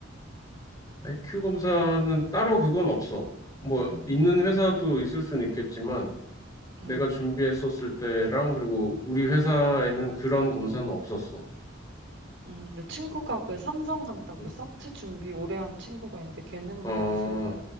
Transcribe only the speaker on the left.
IQ 검사는 따로 그건 없어. 뭐
있는 회사도 있을 수는 있겠지만
내가 준비했었을 때랑 그리고 우리 회사에는 그런 검사는 없었어.
음.
어,